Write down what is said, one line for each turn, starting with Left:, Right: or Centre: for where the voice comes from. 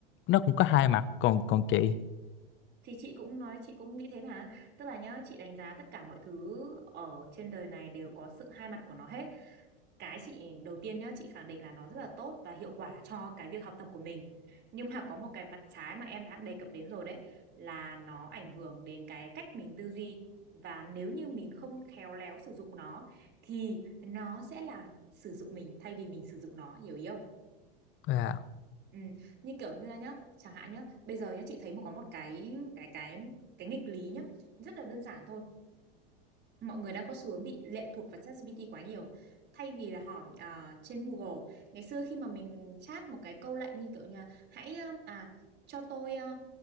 Left: nó cũng có hai mặt còn còn chị
Right: thì chị cũng nói chị cũng nghĩ thế mà tức là nhá chị đánh giá tất cả mọi thứ ở trên đời này đều có sự hai mặt của nó hết cái chị đầu tiên nhá chị khẳng định là nó rất là tốt và hiệu quả cho cái việc học tập của mình nhưng mà có một cái mặt trái mà em đã đề cập đến rồi đấy là nó ảnh hưởng đến cái cách mình tư duy và nếu như mình không khéo léo sử dụng nó thì nó sẽ là sử dụng mình thay vì mình sử dụng nó hiểu ý không
Left: À,
Right: ừ. như kiểu như là nhá chẳng hạn nhá bây giờ nhá chị thấy mà có một cái cái cái cái nghịch lý nhá rất là đơn giản thôi mọi người đang có xu hướng bị lệ thuộc vào ChatGPT quá nhiều thay vì là hỏi à, trên Google ngày xưa khi mà mình chat một cái câu lệnh như kiểu như là, hãy à à, cho tôi à,